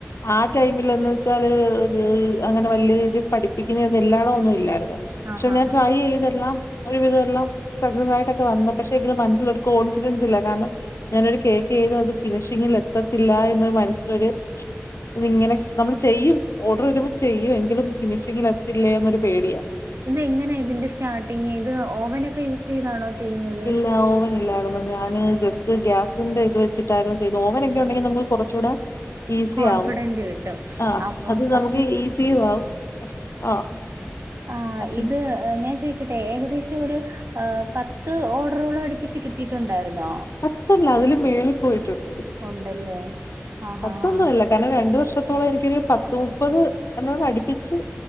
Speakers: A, on the left; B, on the right.
A: ആഹ് ടൈ മില്ലെന്ന്ച്ചാല് ഒരു അങ്ങനെ വല്ല്യ രീതിയി പഠിപ്പിക്കുന്ന ഒന്നും എല്ലായിടം ഒന്നും ഇല്ലായിര്ന്ന്
B: ആഹ്
A: പക്ഷെ
B: ആഹ്
A: ഞാൻ
B: ആഹ്
A: ട്രൈ ചെയ്തെല്ലാം ഒരു വിധം എല്ലാം സക്സസ് ആയിട്ടൊക്കെ വന്നു, പക്ഷെ എങ്കിലും മനസ്സിലൊരു കോൺഫിഡൻസ് ഇല്ല കാരണം ഞാനൊരു കേക്കെയ്ത് അത് ഫിനിഷിങ്ങിൽ എത്തത്തില്ല എന്ന് മനസ് ലൊര് ഇതിങ്ങനെ നമ്മള് ചെയ്യും ഓഡറ് വരുമ്പോ ചെയ്യും എങ്കിലും ഫിനിഷിങ്ങിലെത്തില്ലേന്നൊരു പേടിയാ
B: ഇത് എങ്ങനാ ഇതിന്റെ സ്റ്റാർട്ടിങ് ഇത് ഓവനൊക്കെ യൂസ് ചെയ്താണോ ചെയ്യുന്നത്?
A: ഇല്ല ഓവനില്ലായിരുന്നു ഞാന് ജസ്റ്റ് ഗ്യാസ് സ്ന്റെ ഇത് വെച്ചിട്ടായിരുന്നു ചെയ്തെ ഓവനൊക്കെ ഉണ്ടെങ്കി നമുക്ക് കൊറച്ചൂടെ ഈസി
B: കോൺഫിഡന്റ്
A: ആവും
B: കിട്ടും
A: ആഹ്
B: അപ്പൊ
A: അത്
B: പക്ഷെ
A: നമുക്ക് ഈസിയും ആവും <unintelligible> ആഹ്
B: ആഹ്
A: പക്ഷെ
B: ഇത് ഏഹ് ഞാൻ ചോയ്ക്കട്ടെ ഏകദേശം ഒര് ഏഹ് പത്ത് ഓർഡറോളം അട്പ്പിച്ച് കി ട്ടിട്ടുണ്ടായിരുന്നോ?
A: പത്തല്ല അതിലും മേളി പോയിട്ടുണ്ട്.
B: ഉണ്ടല്ലേ ആഹ്
A: പത്തൊന്നുല്ല
B: ആഹ് ആഹ്
A: കാരണം രണ്ട് വർഷത്തോളം എനിക്കൊരു പത് ത്ത്‌ മുപ്പത് അതിനോട് അടിപ്പിച്ച്